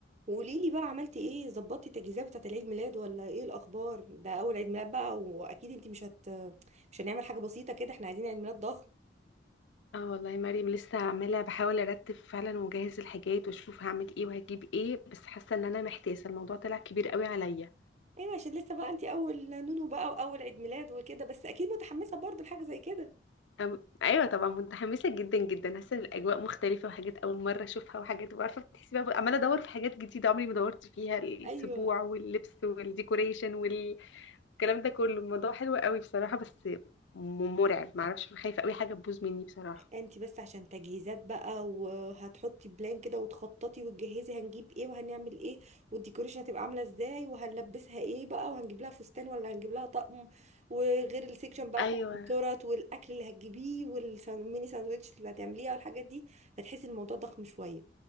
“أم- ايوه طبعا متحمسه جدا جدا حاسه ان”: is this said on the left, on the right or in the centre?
Left